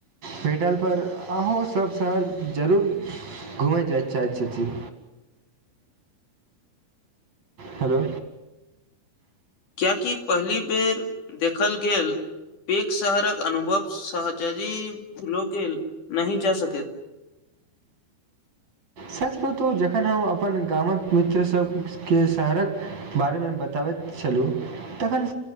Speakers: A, on the right (about 50°); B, on the left (about 60°).
A: भेटल पर अहूँ सभ शहर जरूर घूमय जाय चाहै छथि। हेलो।
B: क्याकी पही बेर देखल गेल पेेक शहरक अनुभव शहजाजी भूलो के नहि जा सकैत।
A: सच कतहु जखन हम अपन गामक मित्र सभ के शहरक बारे मे बताबैत छलहुँ, तखन